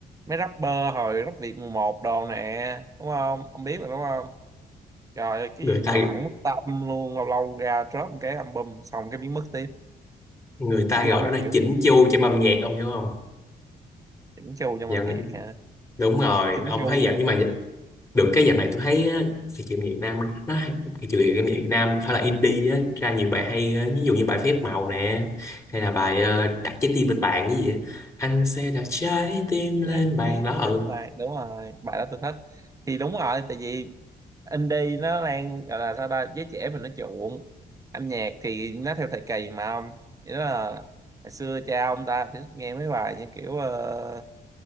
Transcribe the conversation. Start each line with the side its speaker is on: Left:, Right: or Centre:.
Right: mấy rapper hồi rap Việt mùa một đồ nè đúng không ông biết mà đúng không Trời ơi, cái
Left: người
Right: gì mà
Left: ta
Right: lẳng mất tâm luôn, lâu lâu ra drop một cái album xong cái biến mất tiếp.
Left: người ta
Right: Tôi
Left: gọi
Right: cũng
Left: đó
Right: không
Left: là
Right: hiểu
Left: chỉnh
Right: luôn.
Left: chu cho âm nhạc ông hiểu không
Right: Chỉnh chu trong
Left: dạo
Right: âm
Left: này,
Right: nhạc hả?
Left: đúng rồi
Right: Chỉnh
Left: ông
Right: chu
Left: thấy dạo nhưng mà được cái dạo này tôi thấy á, thị trường Việt Nam nó hay- thị trường âm nhạc Việt Nam phải là indie á, ra nhiều bài hay á, ví dụ như bài Phép Màu nè hay là bài ờ, đặt trái tim lên bàn cái gì vậy? anh sẽ đặt trái tim lên
Right: trái
Left: bàn
Right: tim
Left: đó
Right: bên ngoài. Đúng rồi, bài đó tôi thích. Thì đúng rồi, tại vì indie nó đang gọi là sao ta, giới trẻ mình nó chuộng. Âm nhạc thì nó theo thời kỳ mà ông. Nghĩa là hồi xưa cha ông ta thì nghe mấy bài như kiểu ờ,